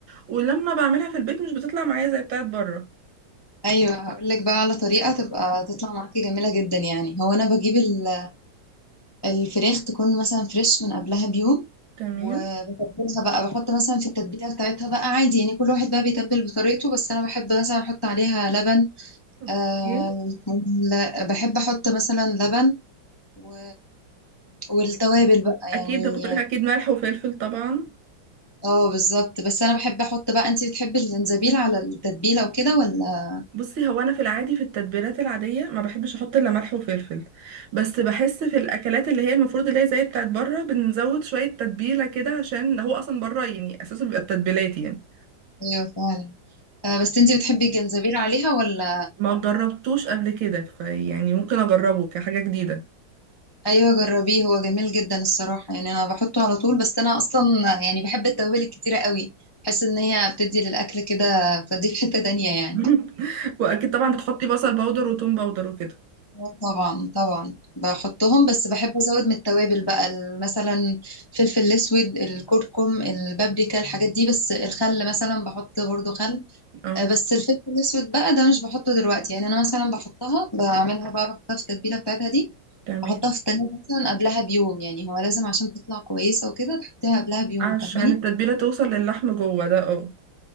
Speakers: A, on the right; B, on the left.
A: ولما بعملها في البيت مش بتطلع معايا زي بتاعت بره
B: ايوه هقول لك بقى على طريقة تبقى تطلع معاكي جميلة جدا يعني هو انا بجيب ال- الفراخ تكون مثلا فريش من قبلها بيوم
A: تمام
B: وبتبلها بقى بحط مثلا في التتبيلة بتاعتها بقى عادي يعني كل واحد بقى بيتبل بطريقته بس انا بحب مثلا احط عليها لبن
A: أوكي
B: أه ممكن- بحب احط مثلا لبن و... والتوابل بقى
A: أكيد
B: يعني
A: ده كنت أقولك أكيد ملح وفلفل طبعا
B: اه بالظبط بس انا بحب احط بقى انتي بتحبي الجنزبيل على التتبيله وكده ولا
A: بصي هو انا في العادي في التتبيلات العاديه ما بحبش احط الا ملح وفلفل بس بحس في الاكلات اللي هي المفروض اللي هي زي بتاعت بره بنزود شويه تتبيله كده عشان هو اصلا بره يعني اساسه بيبقى التتبيلات يعني
B: ايوه فعلا آه بس انتي بتحبي الجنزبيل عليها ولا
A: ما جربتوش قبل كده فيعني ممكن اجربه كحاجه جديده
B: ايوه جربيه هو جميل جدا الصراحه يعني انا بحطه على طول بس انا اصلا يعني بحب التوابل الكتيره قوي بحس ان هي بتدي للاكل كده بتدي في حته تانية يعني
A: <laughs> واكيد طبعا بتحطي بصل باودر وتوم باودر وكده
B: آه طبعا طبعا بحطهم بس بحب ازود من التوابل بقى ال- مثلا فلفل الاسود الكركم البابريكا الحاجات دي بس الخل مثلا بحط برضو خل
A: اه
B: آه، بس الفلفل الاسود بقى ده مش بحطه دلوقتي يعني انا مثلا بحطها بعملها بقى بحطها في التتبيله بتاعتها دي
A: تمام
B: بحطها في التلاجة مثلا قبلها بيوم يعني هو لازم عشان تطلع كويسه وكده تحطيها قبلها بيوم
A: عشان
B: فاهماني
A: التتبيله توصل للحم جوه ده اه